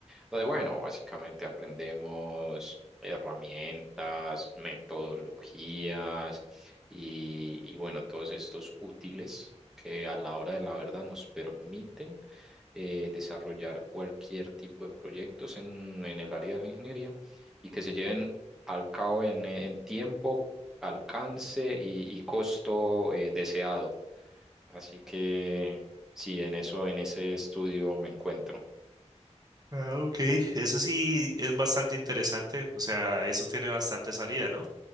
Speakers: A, in the centre; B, on the right.
A: Pues bueno, básicamente aprendemos herramientas, metodologías y, y bueno, todos estos útiles que a la hora de la verdad nos permiten eh, desarrollar cualquier tipo de proyectos en, en el área de la ingeniería y que se lleven al cabo en, en tiempo, alcance y, y costo eh, deseado. Así que sí, en eso, en ese estudio me encuentro.
B: Ah, ok. Eso sí es bastante interesante. O sea, eso tiene bastante salida, ¿no?